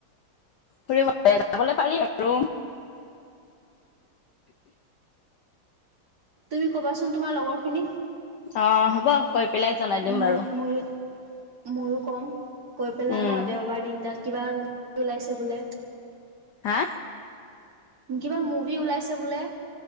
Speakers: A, on the left; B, on the right.
A: ফুৰিব যাবলে পাৰি আৰু।
B: তুমি কবাচোন তোমাৰ লগৰ খিনি?
A: অঁ হব। কৈ পেলাই জনাই দিম
B: মই,
A: বাৰু।
B: মোৰো, ময়ো কম। কৈ পেলা
A: উম,
B: ন দেওঁবাৰ দিন তাত কিবা ওলাইছে বোলে?
A: হা?
B: কিবা মুভি ওলাইছে বোলে।